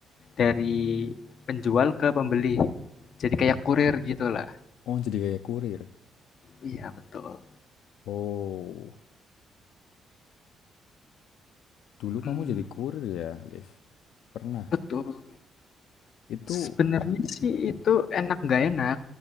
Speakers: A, on the left; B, on the left.
A: dari penjual ke pembeli. Jadi kayak kurir gitulah.
B: Oh jadi kayak kurir.
A: Iya, betul.
B: Oh, dulu
A: Mmm,
B: kamu jadi kurir ya, Liv? Pernah.
A: betul.
B: Itu,
A: Sebenarnya sih itu enak nggak enak.